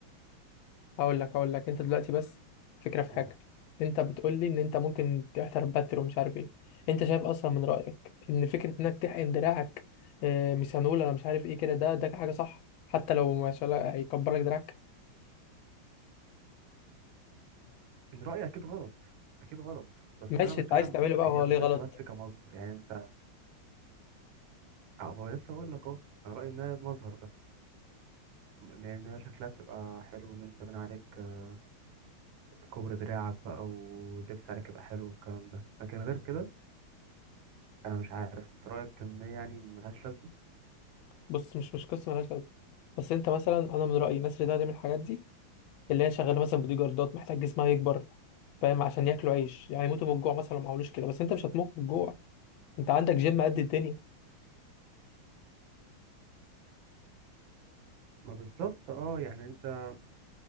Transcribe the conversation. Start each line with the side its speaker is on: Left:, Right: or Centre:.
Left: هقول لك هقول لك انت دلوقتي بس فكره في
Right: قول
Left: حاجه انت بتقول لي ان انت ممكن تحترم باتر ومش عارف ايه انت شايف اصلا من رايك ان فكره انك تحقن دراعك آه، ميثانول ولا مش عارف ايه كده ده ده حاجه صح حتى لو ما شاء الله هيكبر لك دراعك
Right: ان رايي اكيد غلط اكيد غلط بس
Left: ماشي
Right: انا بتكلم
Left: انت عايز تعمله بقى
Right: هي
Left: هو
Right: ميزتها
Left: ليه غلط
Right: بس كمظهر يعني انت أه، بقول- لسه اقول لك اهو انا رايي انها مظهر بس لأن شكلها بتبقى حلو إن أنت بنى عليك آه، كوبري دراعك بقى ولبس عليك يبقى حلو والكلام ده لكن غير كده أنا مش عارف أنت رأيك إن هي يعني ملهاش لازمة
Left: بص مش مش قصه ملهاش لازمه بس انت مثلا انا من رايي الناس اللي ده تعمل الحاجات دي اللي هي شغاله مثلا بدي جاردات محتاج جسمها يكبر فاهم عشان ياكلوا عيش يعني يموتوا من الجوع مثلا لو ما عملوش كده بس انت مش هتموت من الجوع انت عندك جيم قد الدنيا
Right: ما بالظبط أه يعني أنت